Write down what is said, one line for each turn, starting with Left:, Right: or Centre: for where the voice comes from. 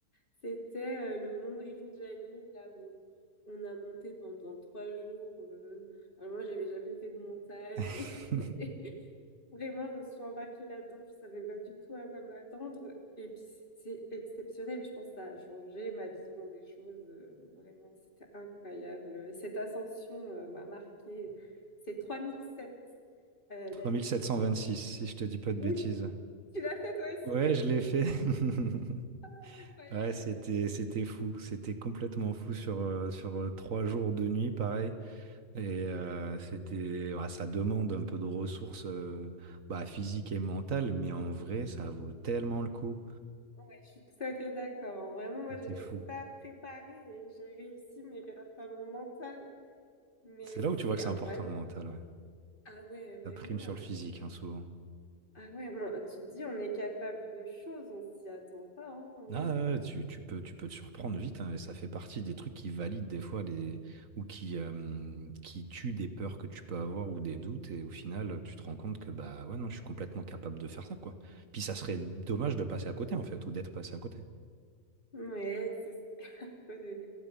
Left: C'était euh, le mont Rinjani, là où on a monté pendant trois jours. euh. Alors moi, j'avais jamais fait de montagne.
Right: <laughs>
Left: <laughs> Vraiment, je me suis embarquée là-dedans, je savais pas du tout à quoi m'attendre. Et puis c'était exceptionnel, je pense que ça a changé ma vision des choses. euh, vraiment, c'était incroyable. Cette ascension euh, m'a marquée. C'est 3007 euh,
Right: 3726,
Left: d'altitude.
Right: si je te dis pas de
Left: Oui,
Right: bêtises.
Left: tu l'as fait toi aussi,
Right: Ouais, je l'ai fait. <laughs>
Left: incroyable.
Right: Ouais, c'était c'était fou, c'était complètement fou sur euh, sur euh, trois jours de nuit, pareil. Et euh, c'était, ouais, ça demande un peu de ressources euh, bah, physiques et mentales, mais en vrai, ça vaut tellement le coup.
Left: Ouais, je suis tout à fait d'accord. Vraiment, moi,
Right: C'était
Left: j'étais
Right: fou.
Left: pas préparée et j'ai réussi, mais grâce à mon mental. Mais
Right: C'est là où tu
Left: c'est
Right: vois que
Left: incroyable.
Right: c'est important le mental, ouais.
Left: Ah ouais, vraiment.
Right: Ça prime sur le
Left: Tu
Right: physique, hein, souvent.
Left: Ah ouais, moi, tu te dis, on est capable de choses, on s'y attend pas. Hein. <laughs>
Right: Ah,
Left: euh.
Right: ouais, tu, tu peux, tu peux te surprendre vite, hein, et ça fait partie des trucs qui valident des fois les, ou qui, euh, qui tuent des peurs que tu peux avoir ou des doutes, et au final, tu te rends compte que bah ouais, non, je suis complètement capable de faire ça, quoi. Puis ça serait dommage de passer à côté, en fait, ou d'être passé à côté.
Left: Ouais, c'est c'est <laughs> un peu. de-